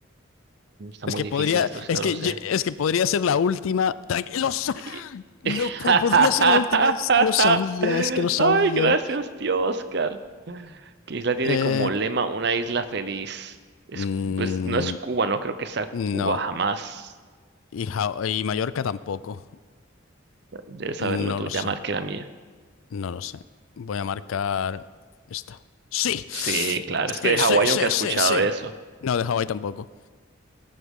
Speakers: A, on the right (about 55°); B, on the left (about 80°).
A: Está
B: Es
A: muy
B: que
A: difícil
B: podría.
A: esto, si
B: Es
A: no
B: que,
A: lo sé.
B: ye- es que podría ser la última. Tranqui- lo sa-
A: Y-
B: No
A: <laughs>
B: po- podría ser la última. Es que lo sabía, es que lo sabía.
A: Ay, gracias, tío Oscar. ¿Qué isla tiene
B: Eh,
A: como lema una isla feliz? Es,
B: mm,
A: pues, no es Cuba, no creo que sea
B: no.
A: Cuba jamás.
B: Y, Ja- y Mallorca tampoco.
A: Debes
B: No
A: saberlo tú,
B: lo
A: ya
B: sé.
A: marqué la mía.
B: No lo sé. Voy a marcar esta. ¡Sí! Sí,
A: Sí, claro, es que de Hawái
B: sí, sí,
A: nunca he escuchado
B: sí, sí.
A: eso.
B: No, de Hawái tampoco.